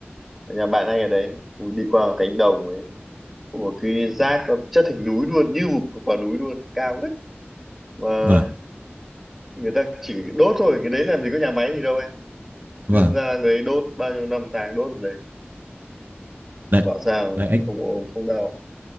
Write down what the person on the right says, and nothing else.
vâng
vâng
đấy
đấy anh